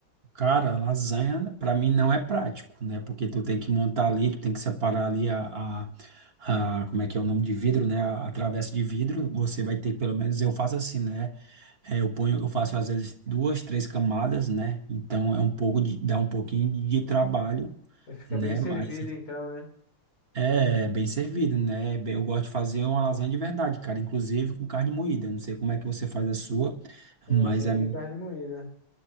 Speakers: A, on the right; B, on the left.
A: Cara, lasanha pra mim não é prático, né? Porque tu tem que montar ali, tu tem que separar ali a, a, a- como é que é o nome de vidro, né? A, a travessa de vidro, você vai ter, pelo menos eu faço assim, né? É, eu ponho, eu faço às vezes duas, três camadas, né? Então é um pouco de, dá um pouquinho de, trabalho,
B: Aí Fica
A: né?
B: bem servido
A: Mas é
B: então, né?
A: é bem servido, né? É bem- Eu gosto de fazer uma lasanha de verdade, cara, inclusive com carne moída. Não sei como é que você faz a sua,
B: É
A: mas
B: sempre
A: a
B: carne moída.